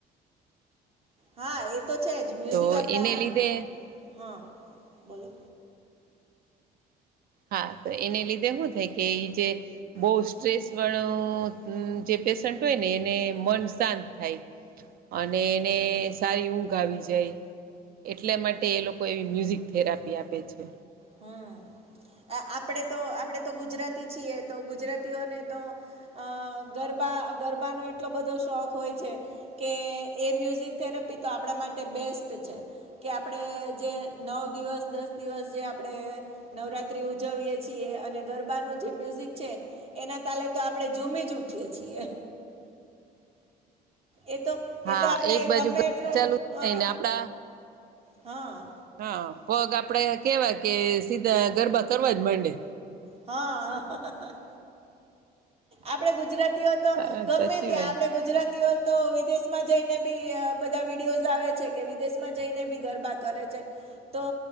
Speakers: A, on the right; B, on the right.
A: હા, એ તો છે જ મ્યુઝિક
B: તો
A: આપડા
B: એને લીધે
A: હા, બોલો.
B: હા, તો એને લીધે શું થાય કે એ જે બો સ્ટ્રેસ વાળો જે પેશન્ટ હોય ને એને મન શાંત થાય. અને એને સારી ઊંઘ આવી જાય. એટલે માટે એ લોકો એવી મ્યુઝિક થેરાપી આપે છે.
A: હમ, આપણે તો આપણેે તો ગુજરાતી છીએ તો ગુજરાતીઓને તો અ ગરબા ગરબાનો એટલો બધો શોખ હોય છે. કે એ મ્યુઝિક થેરપી તો આપણા માટે બેસ્ટ છે. કે આપણેે જે નવ દિવસ દસ દિવસ જે આપ આપણે નવરાત્રિ ઉજવીએ છીએ અને ગરબાનું જે મ્યુઝિક છે. એના તાલે તો આપડે ઝૂમી જ ઉઠીએ છીએ. એ તો
B: હા
A: એ તો આપડે
B: એક બાજુ
A: ગમે એટલુ
B: ચાલુ થાય
A: અ
B: ને આપડા
A: હા.
B: હા, પગ આપડે કેવાય કે સીધા ગરબા કરવા જ માંડે.
A: હા. <unintelligible> આપડે ગુજરાતીઓ તો
B: હા
A: ગમે
B: સાચી
A: ત્યાં
B: વાત
A: આપણેે ગુજરાતીઓ તો વિદેશમાં જઈને બી બધા વિડીયોઝ આવે છે કે વિદેશમાં જઈને બી ગરબા કરે છે. તો